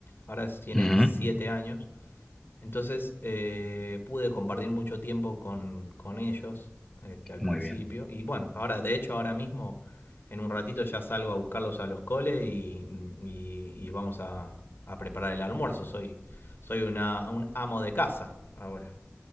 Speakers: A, on the left; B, in the centre.
A: ahora tiene
B: Ujú.
A: siete años, entonces eh, pude compartir mucho tiempo con, con ellos este, al
B: Muy
A: principio
B: bien.
A: y bueno, ahora de hecho ahora mismo en un ratito ya salgo a buscarlos a los coles y, y- y vamos a, a preparar el almuerzo, soy, soy una, un amo de casa ahora.